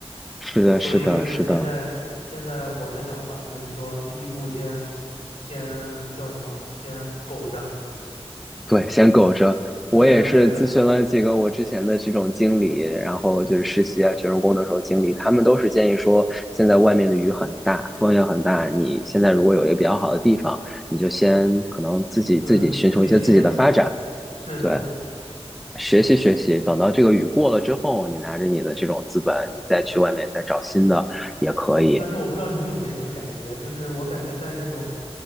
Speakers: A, in the centre; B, on the left.
A: 是的，
B: 所以就是现在，
A: 是的，是的。
B: 现在我的想法就是说，第一步先，先叫什么？先苟着。
A: 对，先苟着。我也是咨询了几个我之前的这种经理，
B: 对的，对的，
A: 然后就是实习啊、学生工的时候经理，他们都是建议说，现在外面的雨很大，风也很大，你现在如果有一个比较好的地方，你就先可能自己自己寻求一些自己的发展，
B: 对自己先，是的，
A: 对，
B: 是的。
A: 学习学习，等到这个雨过了之后，你拿着你的这种资本，你再去外面再找新的也可以。
B: 但是我不知道你有没这个感觉，就是我感觉在这种